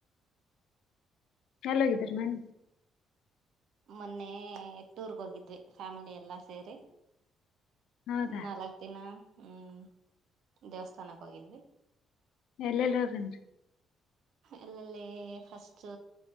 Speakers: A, on the left; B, on the right.
A: ಎಲ್ಲಿ ಹೋಗಿದ್ದೀರಿ, ನೆನ್ನೆ. <inaudible>
B: ಮೊನ್ನೆ, ಟೂರ್ಗೆ ಹೋಗಿದ್ವಿ, ಫ್ಯಾಮಿಲಿ ಎಲ್ಲಾ ಸೇರಿ. <inaudible>
A: ಹೌದಾ
B: ನಲ್ಲಕುಡೇನ್ನ. <inaudible> ಹ್ಮ್.. <inaudible> ದೇವಸ್ಥಾನಕ್ಕೆ, ಹೋಗಿದ್ವಿ. <inaudible>
A: ಏಳಿಯೇಲಿ, ಹೋಗನ್ರಿ. <inaudible>
B: ಎಲ್ಲೆಲ್ಲಿ, ಫಸ್ಟ್,